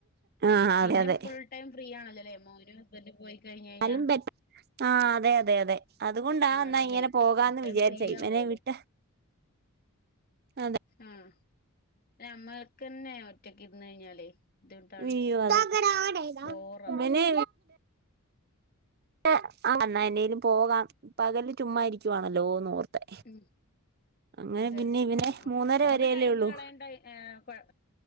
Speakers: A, on the right (about 45°); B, on the left (about 40°).
A: ആഹ്
B: പിന്നെ
A: അതെ അതെ
B: ഫുൾ ടൈം ഫ്രീ ആണല്ലല്ലേ മോനും ഹസ്ബെന്റും പോയി കഴിഞ്ഞ്കഴിഞ്ഞാൽ.
A: എന്നാലും ബെറ്റ ആഹ് അതെ അതെ അതെ അതുകൊണ്ടാ
B: അതല്ലേ
A: ന്നാ ഇങ്ങനെ പോകാന്ന്
B: ഫുൾ ടൈം
A: വിചാരിച്ചെ
B: ഫ്രീ
A: ഇവനെ
B: ആവുവല്ലോ
A: വിട്ട്. അതെ
B: ആഹ് ഞമ്മക്കന്നെ ഒറ്റക്ക് ഇര്ന്ന് കഴിഞ്ഞാലേ.. ബുദ്ധിമുട്ടാണ്
A: വിയ്യൊ <unintelligible>
B: ബോറാവുവല്ലോ
A: വനെ <unintelligible> ആഹ് വന്ന എന്നേലും പോകാം പകല് ചുമ്മാരിക്കുവാണല്ലോന്നോർത്ത്.
B: ഉം
A: അങ്ങനെ
B: അതെ
A: പിന്നെ ഇവനെ
B: ആഹ് ആഹ്
A: മൂന്നര
B: നമുക്ക്
A: വരേയല്ലേയൊള്ളൂ
B: ടൈം കളയണ്ട ഏഹ് കൊഴ